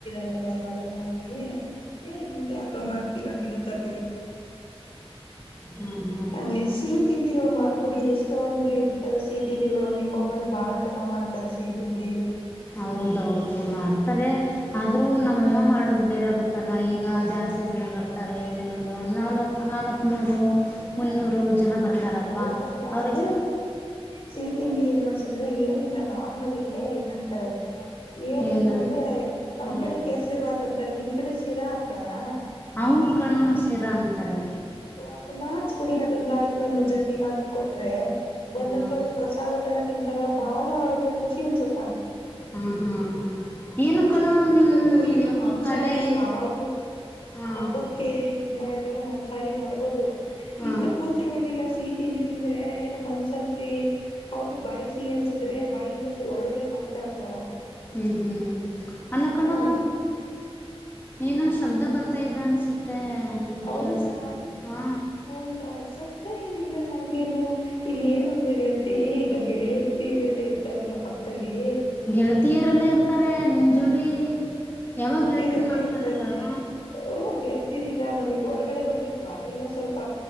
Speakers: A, on the left (about 60°); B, on the left (about 20°).
A: ಲ್ಲ ನಾ ಮಾಡಲ್ಲಿ ಹೇಳಿ ಮುಂದೆ ಹಬ್ಬ ಮಾಡ್ತೀವಿ ಆಗರತ್ತ
B: ಹಾ ಹಾ
A: ಅ ಸಿಹಿ ತಿಂಡಿಗಳು ಮಾಡ ಅವರು ಕುಡಿ ಎಷ್ಟೊಂದು ಇರ್ತಾರೆ ಸಿಹಿ ತಿಂಡಿಗಳು ನಿಮ್ಮಮ್ಮನ ಬಾಳ ಚೆನ್ನಾಗ ಮಾಡ್ತಾರೆ ಸಿಹಿ ತಿಂಡಿ
B: ಹೌದೌದು ಮಾಡ್ತಾರೆ ಆದ್ರೂ ನಮ್ಮಮ್ಮ ಮಾಡದು ಬೇರೆಗುತ್ತಲ್ಲ ಈಗ ಜ ಆಸತಿ ಜನ ಬರ್ತಾರೆ ಏನಿಲ್ಲ ಅಂದ್ರೆ ನಾಲ್ಕು ನಾಲ್ಕು ನೂರು ಮುನ್ನೂರು ಜನ ಬರ್ತಾರಲ್ವಾ
A: ಓ ಹಂಗೆ
B: ಅವರಿಗೆ
A: ಅದ ಸಿಹಿ ತಿಂಡಿ ಏನ್ ಮಾಡ್ಸಂದ್ರೆ ಏನಿಲ್ಲ ನಾರ್ಮಲ್ ಇದಂತಾರೆ ಏನಂತಂದ್ರೆ
B: ಏನು
A: ನಮ್
B: ಹ್ಮ್
A: ಕಡೆ ಕೆಸರಿ ಬಾಂತ ಸರಿ ನಿಮ್ ಕಡೆ ಶಿರಾ ಅಂತಾರಾ
B: ಹೌದ ಕಣ ಶಿರಾ ಅಂತಾರೆ
A: ಓ ಅ ಮಾಡಸ್ಬಿಡಿ ಅದೊಂದು ಹಾಕಿ ಒಂದು ಜನಿಗ ಹಾಕ ಕೊಟ್ರೆ
B: ಹ್ಮ್
A: ಒಂದ್ಂತರು ಪ್ರಸಾದ ತರ ತಿನ್ಂತಾರ ಬಾಳ ಹಾಗೆ ಖುಷಿ ಅನ್ಸುತ್ತಾ
B: ಹ್ಮ್ ಹ್ಮ್ ಏನು
A: ಈ
B: ಕಣೋ
A: ತಿಂಡಿ ತಿನ್ಸಬೇಕು
B: ನಿಮ್
A: ಈಗ
B: ನಿಮ್
A: ಮಾಂಸಾಹಾರಿ
B: ಕಡೆ
A: ಯಾವಾಗ್ಲೂ
B: ಹಾ
A: ಹಬ್ಬಕ್ಕೆ ಇದ ಮಾಡಿದಾಗ ಮಾಂಸಾರಿ ಮಾಡ್ಬೋದು
B: ಹಾ
A: ಇಂಂತ ಪೂಜೆಗಳಗೆಲ್ಲಾ ಸೀತ ತಿಂಡಿ ತಿಂದ್ರೆ ಏನ ಮನಶಶಾಂತಿ ಅವ್ರರು ಬಾಯ್ಸಿ ಎನ್ಸುದ್ರೆ ಬಾಯಿಂದ ಒಳ್ಳೊಳ್ಳೆ ಮಾತಾಡ್ತಾರ
B: ಹ್ಮ್ ಹ್ಮ್ ಅಲ್ಲ ಕಣ
A: ಹಾ
B: ಏನು ಶಬ್ದ ಬರ್ತಾ ಇದೆ ಅನ್ಸುತ್ತೆ ನನಗ್
A: ಹೌದಾ
B: ಕೇಳಿಸ್ತಾ ಇದೆ ಹಾ
A: ಹೌದಾ ಸ್ದ ಏನ್ ಇಲ್ಲಲ್ಲ ಹಂಗೇನು ಇಲ್ಲಿ ಏನು ಅಂದ್ರೆ ಹೇಳ್ತಿ ಈಗ ಗೆಳೆಯ ತೀರೆಲ್ಲ ಇರ್ತಾರಲ್ಲ ಪಕ್ಕದಲ್ಲಿ
B: ಗೆಳತಿಯರೆಲ್ಲ ಇರ್ತಾರೆ ನಿಂ ಜೋಡಿ ಯಾವಾಗ
A: ಗೆಲ್ತೀರೆಲ್ಲ
B: ಗೆಳತಿಯರ್ ಮಾಡ್ಕೊಂಡ
A: ಇರ್ತ
B: ಕಣೋ
A: ಓ ಗೆಲ್ತ ಈಗ ನಾವೀಗ ಹೊರಗಡೆ ಬಂದಿದ್ವಾ ಈಗ ಸ್ವಲ್ಪ